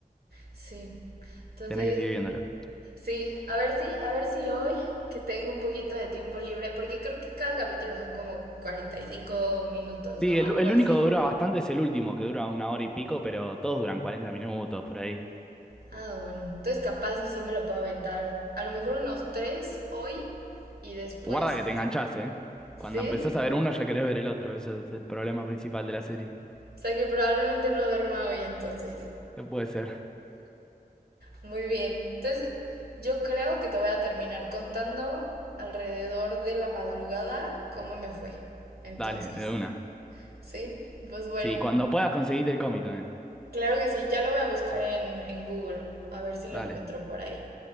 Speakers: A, on the right; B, in the centre.
A: Sí. Entonces,
B: Tenés que seguir viéndolo.
A: sí, a ver si, a ver si hoy que tengo un poquito de tiempo libre, porque creo que cada capítulo son como 45 minutos,
B: Sí,
A: ¿no?
B: el,
A: Algo
B: el
A: así.
B: único que dura bastante es el último, que dura una hora y pico, pero todos duran 40 minutos por ahí.
A: Ah, bueno. Entonces capaz y sí me lo puedo aventar. A lo mejor unos tres hoy y después.
B: Guarda que te enganchás, ¿eh?
A: ¿Sí?
B: Cuando empezás a ver uno ya querés ver el otro. Eso es el problema principal de la serie.
A: O sea que probablemente no duerma hoy entonces.
B: Eh, Puede ser.
A: Muy bien. Entonces yo creo que te voy a terminar contando alrededor de la madrugada cómo me fue. Entonces.
B: Dale, de una.
A: ¿Sí? Pues bueno.
B: Sí, cuando puedas conseguirte el cómic también.
A: Claro que sí, ya lo voy a buscar en, en Google, a ver si lo
B: Dale,
A: encuentro por ahí.